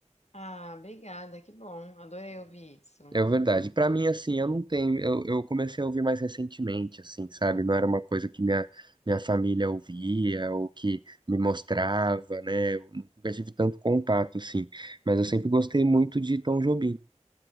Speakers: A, on the left (about 70°); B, on the right (about 40°).
A: Ah, obrigada, que bom. Adorei ouvir isso.
B: É, é verdade. Pra mim, assim, eu não tenho. Eu, eu comecei a ouvir mais recentemente, assim, sabe? Não era uma coisa que minha, minha família ouvia ou que me mostrava, né? Eu nunca tive tanto contato, assim. Mas eu sempre gostei muito de Tom Jobim.